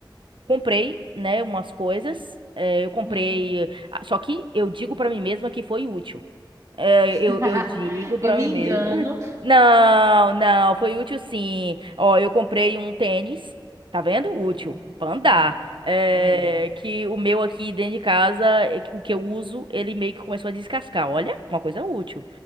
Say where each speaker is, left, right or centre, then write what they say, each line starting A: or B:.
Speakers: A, on the right (about 75°); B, on the right (about 40°).
A: comprei, né, umas coisas. É, eu comprei,
B: Hum.
A: ah, só que eu digo pra mim mesma que foi útil. Eu,
B: <laughs>
A: eu digo pra
B: Eu me
A: mim
B: engano.
A: mesma. Não, não, foi útil sim. Ó, eu comprei um tênis, tá vendo? Útil,
B: Uhum.
A: pra andar.
B: Não é,
A: É,
B: é mesmo.
A: que o meu aqui dentro de casa, é que- o que eu uso, ele meio que começou a descascar. Olha, uma coisa útil.